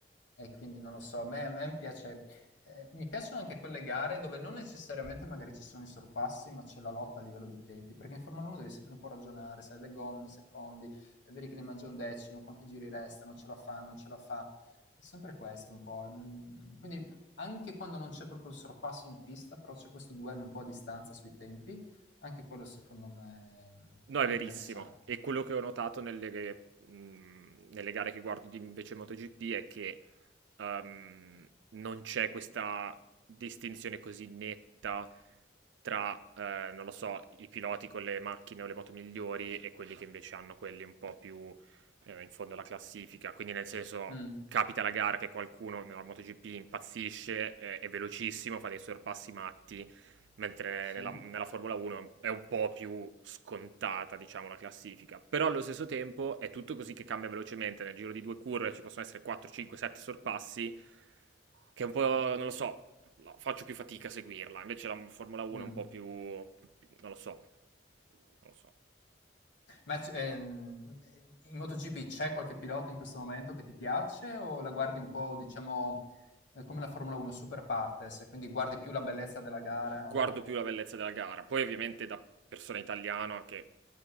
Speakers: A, on the left (about 80°); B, on the right (about 80°).
A: e quindi non lo so, a me, a me piace eh, mi piacciono anche quelle gare dove non necessariamente magari ci sono i sorpassi, ma c'è la lotta a livello di tempi, perché in Formula 1 devi sempre un po' ragionare, sai, le gomme, secondi, eh, vedi che ne mangia un decimo, quanti giri restano, ce la fa, non ce la fa. È sempre questo un po'. ehm, Quindi anche quando non c'è proprio il sorpasso in pista, però c'è questo duello un po' a distanza sui tempi, anche quello secondo me mm,
B: No, è
A: è
B: verissimo.
A: interessante.
B: E quello che ho notato nelle, mh, nelle gare che guardo di invece MotoGP è che ehm, non c'è questa distinzione così netta tra, eh, non lo so, i piloti con le macchine o le moto migliori e quelli che invece hanno quelli un po' più eh, in fondo alla classifica. Quindi, nel senso,
A: Mm,
B: capita la gara che qualcuno nella MotoGP impazzisce, eh, è velocissimo, fa dei sorpassi matti mentre
A: sì.
B: nella, nella Formula 1 è un, è un po' più scontata, diciamo, la classifica. Però allo stesso tempo è tutto così che cambia velocemente, nel giro di due curve ci possono essere 4, 5, 7 sorpassi, che è un po', non lo so, no, faccio più fatica a seguirla. Invece la Formula 1
A: mm.
B: è un po' più, non lo so, non lo so.
A: Ma c- ehm, in MotoGP c'è qualche pilota in questo momento che ti piace o la guardi un po', diciamo, eh, come la Formula 1, super partes, quindi guardi più la bellezza della gara
B: guardo
A: o...
B: più la bellezza della gara. Poi ovviamente da persona italiana che